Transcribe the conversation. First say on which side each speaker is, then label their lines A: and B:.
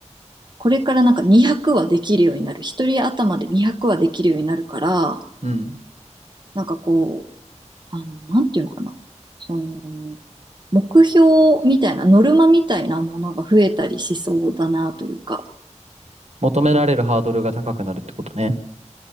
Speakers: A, on the right; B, on the right.
A: これからなんか200はできるようになる。一人頭で200はできるようになるから、
B: うん。
A: なんかこう、あの、なんていうのかな。その、目標みたいな、ノルマみたいなものが増えたりしそうだなというか、
B: 求められるハードルが高くなるってことね。